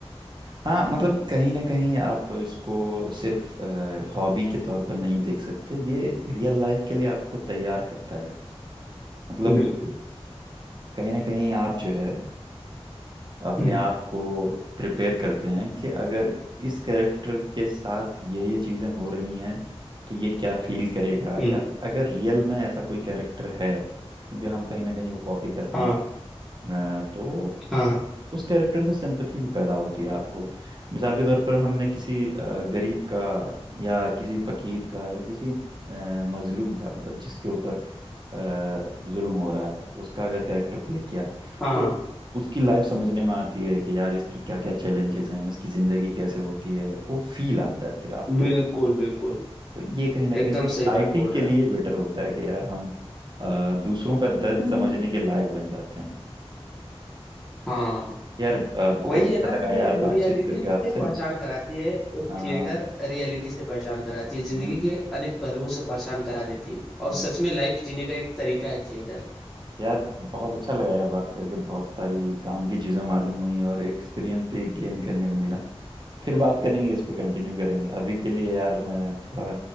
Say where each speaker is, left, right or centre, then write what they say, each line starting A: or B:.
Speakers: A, on the right; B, in the centre.
A: हाँ मतलब कहीं ना कहीं आप इसको सिर्फ हॉबी के तौर पर नहीं देख सकते ये रियल लाइफ के लिए आपको तैयार करता है मतलब
B: बिल्कुल
A: कहीं ना कहीं आप जो है अपने
B: हम्म
A: आप को प्रिपेयर करते हैं कि अगर इस कैरेक्टर के साथ ये ये चीज़ें हो रही हैं तो ये क्या फील करेगा
B: हम्म
A: या फिर अगर रियल में ऐसा कोई कैरेक्टर है क्योंकि हम कहीं ना कहीं वो कॉपी करते
B: हाँ
A: हैं अ, तो
B: हाँ
A: उ- उस कैरेक्टर से सिंपथी भी पैदा होती है आपको मिसाल के तौर पर हमने किसी अ, गरीब का या किसी फकीर का या किसी अ, मजलूम का मतलब जिसके ऊपर अ, जुल्म हो रहा है उसका अगर कैरेक्टर प्ले किया
B: हाँ
A: तो
B: हाँ
A: उसकी लाइफ समझने में आती है कि यार इसकी क्या क्या चैलेंजेस हैं इसकी ज़िंदगी कैसे होती है वो फील आता है फिर आपको
B: बिल्कुल बिल्कुल
A: तो ये कहीं ना कहीं
B: एकदम
A: सोसाइटी
B: सही बात बोल
A: के
B: रहे
A: लिए
B: हैं
A: बेटर होता है कि यार हम अ, दूसरों का दर्द
B: हम्म। आप हम्म।
A: समझने के लायक बन जाते हैं
B: हाँ
A: यार अ, बहुत
B: वही
A: अच्छा
B: है ना
A: लगा
B: कि
A: यार बातचीत
B: रियलिटी
A: करके
B: से
A: आपसे
B: पहचान कराती है एक
A: हाँ
B: थिएटर रियलिटी से पहचान कराती है जिंदगी
A: हम्म हम्म,
B: के अनेक पहलुओं से पहचान करा देती है
A: हम्म।
B: और सच में लाइफ जीने का एक तरीका है थिएटर
A: यार बहुत अच्छा लगा यार बात करके बहुत सारी काम की चीज़ें मालूम हुई और एक्सपीरियंस भी गेन करने को मिला फिर बात करेंगे इस पे कंटिन्यू करेंगे अभी के लिए यार मैं थोड़ा